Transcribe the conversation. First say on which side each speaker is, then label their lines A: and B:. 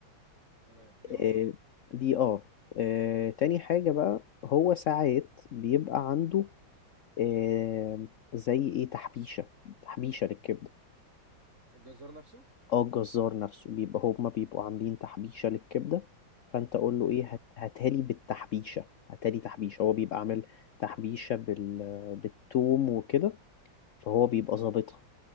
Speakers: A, on the right (about 35°); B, on the left (about 70°).
A: تمام دي اول
B: آه
A: خطوه
B: دي آه. آه تاني حاجة بقى هو ساعات بيبقى عنده آه زي إيه تحبيشة تحبيشة للكبدة
A: الجزار نفسه
B: اه الجزار نفسه بيبقى هما بيبقوا عاملين تحبيشة للكبدة فانت قول
A: حلو
B: له ايه
A: ده
B: هات- هاتها لي بالتحبيشة هاتها لي تحبيشة هو بيبقى عامل تحبيشة بال... بالثوم وكده فهو بيبقى ظابطها